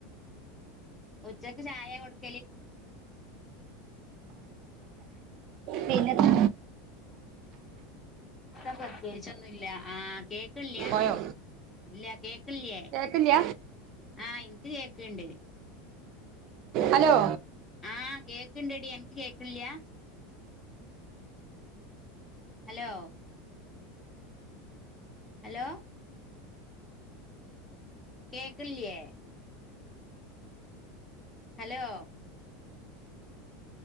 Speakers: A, on the left (about 20°); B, on the right (about 55°).
A: ഉച്ചക്ക് ചായ കൊടുക്ക
B: പിന്നെ എന്താ
A: ഇല്ല പ്രത്യേകിച്ചൊന്നും ഇല്ല ആ കേക്ക് ഇല്ല
B: പോയോ
A: ഇല്ല കേക്ക് ല്ലേ
B: കേക്കില്ല
A: ആ എനിക്ക് കേക്കണ്ട്
B: ഹലോ
A: ആ കേക്കണ്ടടി എനിക്ക് കേൾക്കില്ലാ ഹലോ ഹലോ കേൾക്ക്ല്ലേ ഹലോ